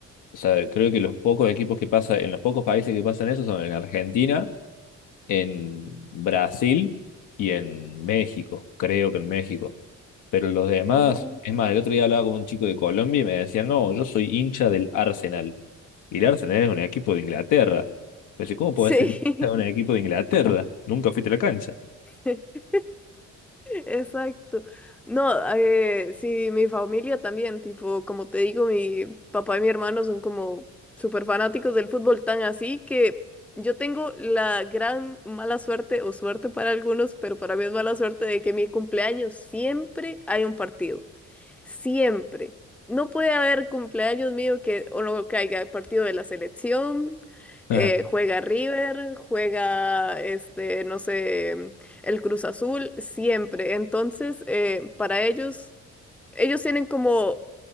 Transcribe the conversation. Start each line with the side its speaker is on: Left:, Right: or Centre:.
Left: O sea, creo que los pocos equipos que pasa, en los pocos países que pasan eso son en Argentina, en Brasil y en México, creo que en México. Pero los demás,
Centre: Oh.
Left: es más, el otro día hablaba con un chico de Colombia y me decía, no, yo soy hincha del Arsenal. Y el Arsenal es un equipo de Inglaterra. Me dice, ¿cómo
Centre: Sí.
Left: podés ser hincha de un equipo de Inglaterra? Nunca fuiste a la cancha.
Centre: <laughs> Exacto. No, eh, sí, mi familia también, tipo, como te digo, mi papá y mi hermano son como súper fanáticos del fútbol, tan así que yo tengo la gran mala suerte, o suerte para algunos, pero para mí es mala suerte de que mi cumpleaños siempre hay un partido. Siempre. No puede haber cumpleaños mío que o no caiga partido de la selección,
Left: <laughs>
Centre: eh, juega River, juega este, no sé, el Cruz Azul, siempre. Entonces, eh, para ellos, ellos tienen como